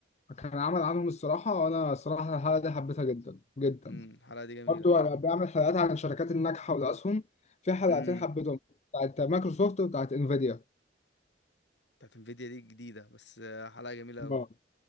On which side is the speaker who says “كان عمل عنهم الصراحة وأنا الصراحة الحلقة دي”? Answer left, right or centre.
Left